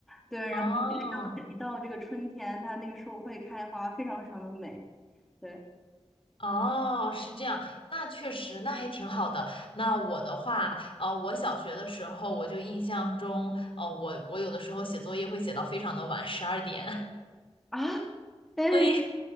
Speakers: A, in the centre; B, on the left.
A: 对，
B: 哦，
A: 然后一到一到这个春天，它那个树会开花，非常非常的美。对。
B: 哦，是这样，那确实，那还挺好的。那我的话，呃，我小学的时候，我就印象中，呃，我我有的时候写作业会写到非常的晚，十二点，
A: 啊，<laughs> 哎，
B: <laughs> 所以